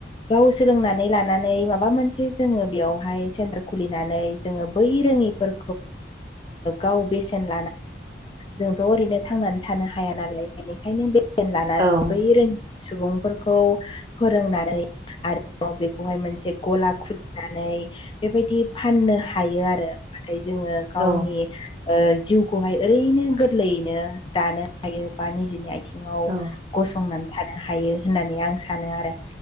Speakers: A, on the left; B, on the right.
A: गाव सोलोंनानै लानानै माबा मोनसे जोङो बेयावहाय सेन्टार खुलिनानै जोङो बै रोङिफोर गाव बेसे जोथोन जोंथ' ओरैनो थांनानै थानो हाया नालाय बेनो
B: औ
A: बै रोंड़ै सुबुंफोरखौ फोरोंनानै आरो बेखौहाय मोनसे गला खुलिनानै बेबायदि फाननो हायो आरो नाथाय जोङो गावनि
B: औ
A: जिउखौहाय ओरैनो गोरलैनो दानो हायो बा निजेनि आथिङाव
B: औ
A: गसंनानै थानो हायो होननानै आं सानो आरो